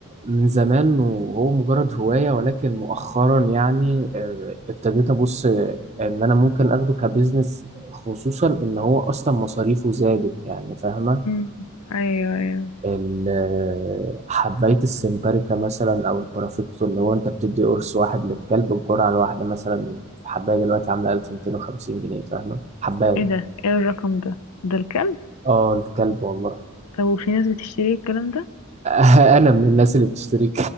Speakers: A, on the right; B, on the left.
A: من زمان وهو مجرد هواية ولكن مؤخرا يعني آه، ابتديت أبص آه، إن أنا ممكن أخده كبزنس خصوصا إن هو أصلا مصاريفه زادت يعني فاهمة
B: امم ايوه ايوه
A: ال- آه، حباية السمباريكا مثلا أو البرافيكتو اللي هو أنت بتدي قرص واحد للكلب الجرعة الواحدة مثلا حباية دلوقتي عاملة 1250 جنيه فاهمة حباية
B: ايه ده ايه الرقم ده ده الكلب
A: اه الكلب والله
B: طب وفي ناس بتشتري الكلام ده
A: <laughs> انا من الناس اللي بتشتري